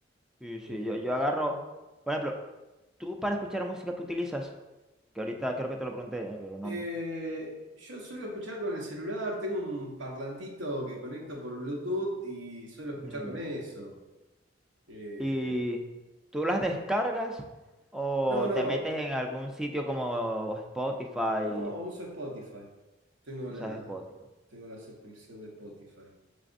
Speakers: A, in the centre; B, on the right.
A: sí, sí,
B: Eh,
A: yo, yo agarro, por ejemplo, tú para escuchar música que utilizas, que ahorita creo que te lo pregunté, eh, pero no.
B: eh, yo suelo escuchar con el celular, tengo un parlantito que conecto por Bluetooth y suelo escuchar
A: Ujú.
B: con eso. Eh,
A: y tú las descargas o
B: no, no,
A: te metes en algún sitio como Spotify,
B: no, uso Spotify. Tengo
A: usas
B: la,
A: Spotify.
B: tengo la suscripción de Spotify.